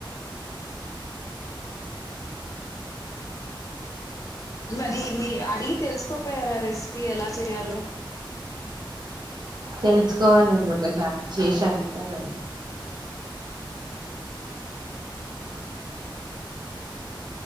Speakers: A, on the left; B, on the right.
A: మరి మీ అడిగి తెలుసుకోపోయారా రెసిపీ ఎలా చెయాలో
B: తెలుసుకోవాలండి ఒకసారి చేశడుగుతాను